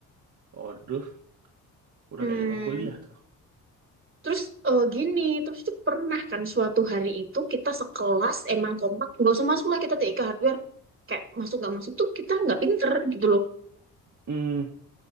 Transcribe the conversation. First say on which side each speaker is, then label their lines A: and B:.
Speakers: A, on the right; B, on the right.
A: Waduh, udah
B: Hmm,
A: kayak zaman kuliah tuh.
B: terus eh, gini, terus itu pernah kan suatu hari itu kita sekelas emang kompak, nggak usah masuk lah kita TIK hardware, kayak masuk nggak masuk tuh kita nggak pinter gitu loh,
A: Hmm,